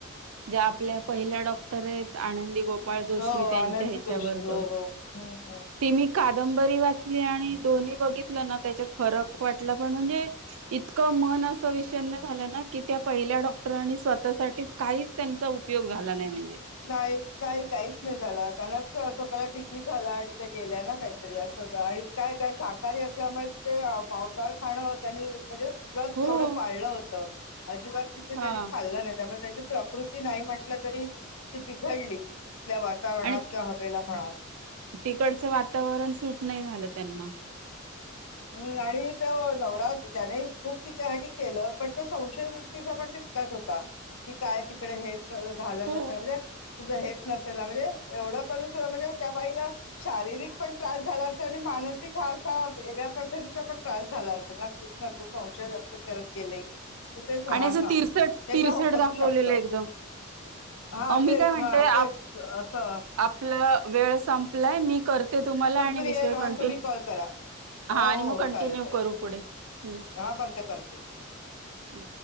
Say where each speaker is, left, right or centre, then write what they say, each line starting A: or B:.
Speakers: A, on the right; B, on the left.
A: ज्या आपल्या पहिल्या डॉक्टर आहेत आनंदी गोपाळ गोपाळ जोशी
B: हो
A: त्यांच्या
B: आनंदी
A: ह्यांच्यावर
B: जोशी हो
A: तो
B: हो हम्म हम्म
A: तिनी कादंबरी वाचली आणि दोन्ही बघितलं ना त्याच्यात फरक वाटला पण म्हणजे इतक मन असं विषण्ण झालं ना की त्या पहिल्या डॉक्टरांनी स्वतःसाठीच काहीच त्यांचा उपयोग झाला नाही म्हणजे
B: नाही नाही काहीच नाही झाला त्यांनाच स्वतःला टीबी झाला आणि ते गेल्या ना काहीतरी असं. आणि काय त्या शाकाहारी असल्यामुळे तिथे मांस आहार खाणं त्यांनी म्हणजे व्रत
A: हो
B: तेवढं पाळलं होतं अजिबात तिथे
A: हा
B: त्यांनी खाल्लं नाही त्यामुळे प्रकृती नाही म्हटलं तरी ती बिघडली तिथल्या वातावरणात
A: आणि
B: किंवा हवेला म्हणा
A: तिकडचं वातावरण सूट नाही झालं त्यांना
B: हम् आणि त नवरा ज्याने खूप तिच्यासाठी केलं पण तो संशय वृत्तीचा पण होता की काय तिकडे हे झालं
A: हो
B: नसेल म्हणजे तुझ हे न म्हणजे एवढ कर म्हणजे त्या बाईला शारीरिक पण त्रास झाला असेल आणि मानसिक असा वेगळ्या पद्धतीचा पण त्रास झाला असेल नक्कीच ना संशय व्यक्त करत गेले तर तेच होणार
A: आणि असं
B: ना.
A: तिरसट
B: ते
A: तिरसट
B: पण हो असू
A: दाखवलेलं
B: शकतं.
A: एकदम
B: हां
A: अ मी
B: तेच
A: काय म्हणतेय
B: हां तेच असं
A: आपला वेळ संपलाय मी कर ते तुम्हाला
B: संपली
A: आणि विषय
B: आहे हां
A: कंटिन्यू
B: तुम्ही कॉल करा. हो,
A: हा
B: हो,
A: आणि मग
B: हो,
A: कंटिन्यू
B: चालेल, चालेल.
A: करू पुढे हम
B: हां बंद करते.